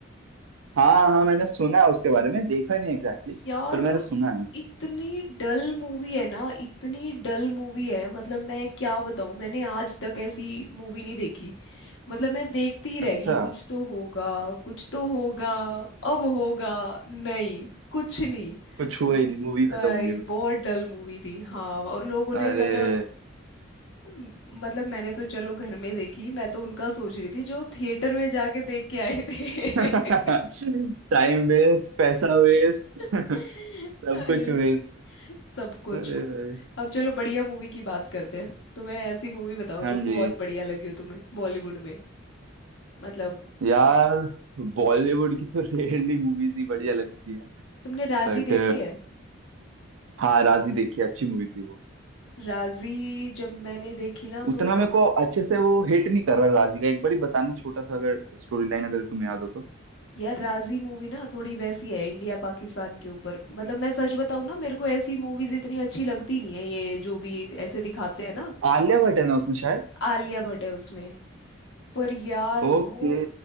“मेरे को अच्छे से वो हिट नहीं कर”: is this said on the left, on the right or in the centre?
Right